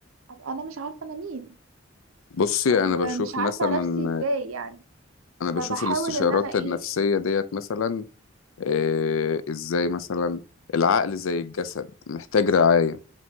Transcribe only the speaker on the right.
ابقى انا مش عارفه انا مين
ومش
عارفة
نفسي ازاي يعني
فبحاول
ان انا ايه